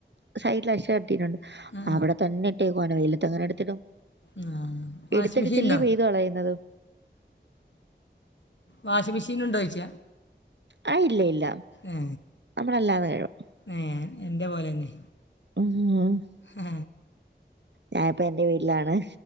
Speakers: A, on the right; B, on the left.
A: സൈഡിൽ അക്ഷ കെട്ടിട്ടുണ്ട്
B: ആ
A: അവിടെ തന്നെ ഇപ് എ കോന വെയിലത്ത് അങ്ങനെ എടുത്തിടും
B: ആ ആ വാഷിംഗ്
A: എടുത്തിടിച്ചല്ലെ
B: മെഷീൻ ഉണ്ടോ
A: പെയ്തു കളയുന്നത്
B: വാഷിംഗ്‌ മെഷീൻ ഉണ്ടോയ്ച്ച
A: ആ ഇല്ല ഇല്ല
B: ഏ
A: നമ്മളല്ലാതെ കഴുകും
B: ഏ എന്റെ പോലെന്നെ
A: ഉം
B: ആ
A: ഞാനിപ്പോ എന്റെ വീട്ടിലാണ്